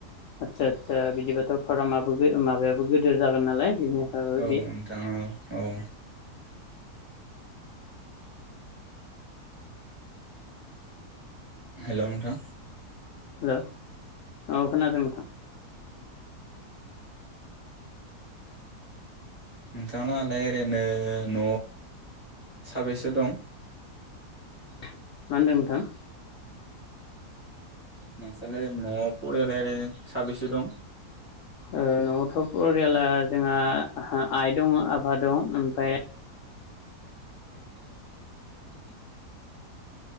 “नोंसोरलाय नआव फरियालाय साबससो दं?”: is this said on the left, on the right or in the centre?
Left